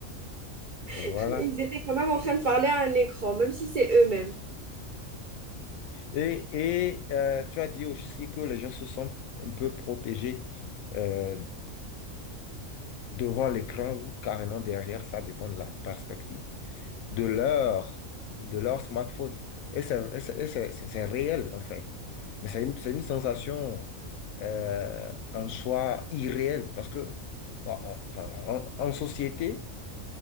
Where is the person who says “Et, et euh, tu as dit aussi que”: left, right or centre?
Left